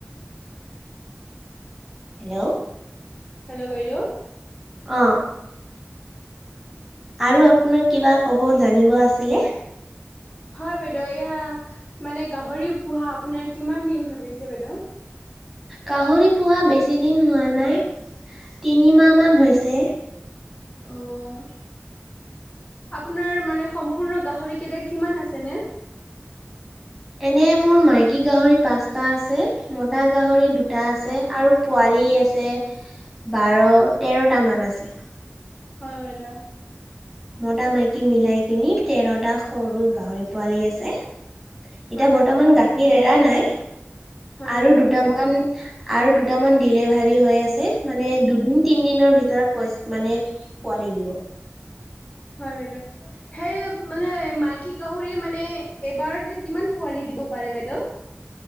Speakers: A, in the centre; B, on the left.
A: হেল্ল'?
B: হেল্ল' বাইদেউ?
A: অ। আৰু আপোনাক কিবা ক'ব জানিব আছিলে?
B: হয় বাইদউ, এয়া মানে গাহৰি পোহা আপোনাৰ কিমান দিন হৈ গৈছে বাইদেউ?
A: গাহৰি পোহা বেছি দিন হোৱা নাই। তিনিমাহ মান হৈছে।
B: অঁ। আপোনাৰ মানে সম্পূৰ্ণ গাহৰি কেইটা কিমান আছেনে?
A: এনে মোৰ মাইকী গাহৰি পাঁচটা আছে, মতা গাহৰি দুটা
B: হয়
A: আছে আৰু পোৱালি আছে বাৰ- তেৰটামান আছে।
B: হয় বাইদ।
A: মতা-মাইকী মিলাই কিনি তেৰটা সৰু গাহৰি পোৱালী আছে। এতিয়া
B: হয়
A: বৰ্তমান
B: বাইদেউ
A: গাখীৰ এৰা নাই,
B: হয় বাইদেউ
A: আৰু দুটামান আৰু দুটামান ডিলেভাৰি হৈ আছে, মানে দুদিন তিন দিনৰ ভিতৰত পইচ মানে পোৱালি দিব।
B: হয় বাইদেউ, সেই মানে মাইকী গাহৰিয়ে মানে এবাৰতে কিমান পোৱালি দিব পাৰে বাইদেউ?